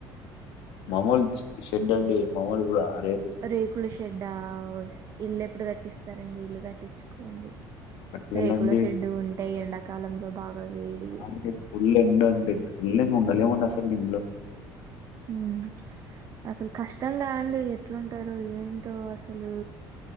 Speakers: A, on the left (about 70°); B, on the right (about 40°).
A: మామూల్ షెడ్ అండి మామూలు గూడా అరే
B: రేకుల షెడ్డా ఇల్లెప్పుడు కట్టిస్తారండి ఇల్లు కట్టిచ్చుకోండి
A: పట్టుకెళ్ళండి
B: రేకుల షెడ్డు ఉంటే ఎండాకాలంలో బాగా వేడి
A: అవునండి ఫుల్ ఎండు అండి ఫుల్లింగ్ ఉండలేమండి అసలు దీన్లో
B: మ్మ్ అసలు కష్టంగా అండి ఎట్లుంటారు ఏంటో అసలు